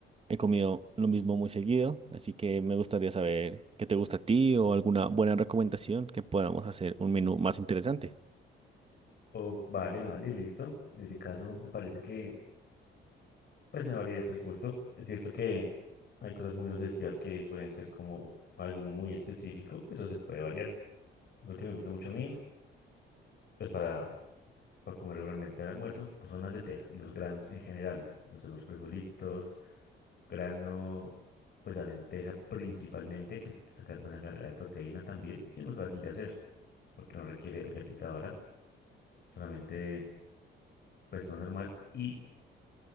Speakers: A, on the right; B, on the left.
A: he comido lo mismo muy seguido, así que me gustaría saber qué te gusta a ti o alguna buena recomendación que podamos hacer un menú más interesante.
B: Oh, vale, vale, listo. En ese caso, me parece que, pues, no varía estar el gusto. Es cierto que hay cosas muy nutritivas que suelen ser como algo muy específico, pero se puede variar. Lo que me gusta mucho a mí, pues, para, para comer regularmente al almuerzo, pues son las lentejas y los granos en general. No sé, unos frijolitos, grano, pues la lenteja principalmente, que te saca buena carga de proteína también y es más fácil de hacer, porque no requiere olla pitadora realmente pues no normal y